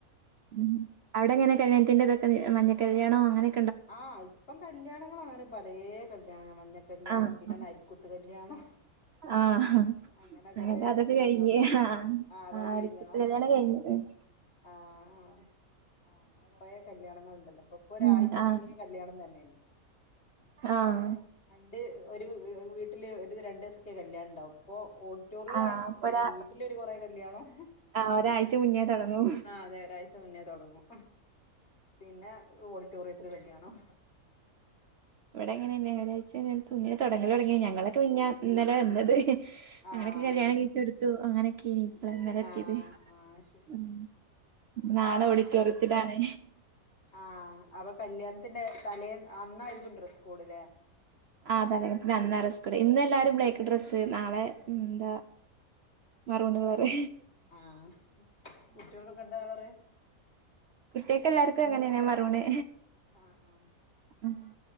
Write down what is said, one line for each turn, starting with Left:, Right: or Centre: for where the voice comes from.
Right: ഉം അവടെങ്ങനെ കല്യാൺത്തിന്റെ തൊക്ക <unintelligible> മഞ്ഞ കല്യാണം അങ്ങനെ
Left: ആഹ് ഇപ്പം കല്യാണങ്ങള ങ്ങനെ പലേ കല്യാണങ്ങ മഞ്ഞ കല്യാണം
Right: ആഹ്
Left: പിന്നെ നരി കുത്ത്കല്യാണം.
Right: ആഹ്
Left: അങ്ങനെ കൊറേ
Right: ഞങ്ങൾത് അതൊക്കെ
Left: കല്യാണങ്ങള്ണ്ടര്ന്ന്
Right: കഴിഞ്ഞ് ആഹ്
Left: ആതൊക്കെ
Right: ആഹ്
Left: കഴ്ഞ്ഞൊ?
Right: രജിസ്റ്റർ കല്യാണം കഴിഞ്ഞ് ഉം
Left: ആഹ് ആഹ് അങ്ങനെ കൊറെ കല്യാണങ്ങള്ണ്ടല്ലൊ ഇപ്പൊ ഇപ്പൊ ഒരാഴ്ച്ച്
Right: ഉം. ആഹ്
Left: ഈ കല്ല്യാണം തെന്ന
Right: ആഹ്
Left: പണ്ട് ഒര് വ്‌വ് വീട്ടില് ഒര് രണ്ട് സൊക്കെ കല്ല്യാണ ണ്ടാവും ഇപ്പൊ ഓഡിറ്റോറിയാണ്
Right: ആഹ് അപ്പൊ
Left: പിന്നെ
Right: ഒരാ
Left: വീട്ടിലൊര് കൊറേ കല്യാണം
Right: ആഹ് ഒരാഴ്ച
Left: പിന്നെ
Right: മുന്നേ തൊടങ്ങും
Left: ആഹ് അതെ ഒരാഴ്ച മുന്നേ തൊടങ്ങും പിന്നേ ഓഡിറ്റോറിയത്തില് കല്യാണം
Right: ഇവടങ്ങനെന്നെ ഒരാഴ്ച്ച <unintelligible> മുന്നെ തൊടങ്ങലൊട്ങ്ങ്യാ ഞങ്ങളൊക്കെ മിഞ്ഞാ ഇന്നലെ വന്നത് അങ്ങനെക്കെ
Left: ആഹ്
Right: കല്യാണം കഴിച്ചൊട്ത്തു അങ്ങനെക്കെ ന്ന് ന്നലാക്ക്യത്
Left: ആഹ് ആഹ് ശരി
Right: ഉം നാളെ ഓടിറ്റോറിയത്തിലാണ്.
Left: ആഹ് അപ്പൊ കല്യാണത്തിന്റെ തലേൻ അന്നായിരിക്കും ഡ്രസ് കോട്ലേ.
Right: ആഹ് തരേ <unintelligible> അന്നാ ഡ്രസ്സ് കോഡ് ഇന്നെല്ലാരും ബ്ലേക്ക് ഡ്രസ്സ് നാളെ ഉം ന്താ മെറൂൺ കളറ്.
Left: ആഹ് കുട്ട്യെൾക്കൊക്കെ എന്താ കളറ്?
Right: കുട്ട്യെൾക്കെല്ലാര്ക്കും അങ്ങനെന്നെ മെറൂണ്.
Left: ആഹ് ആഹ്
Right: ഉം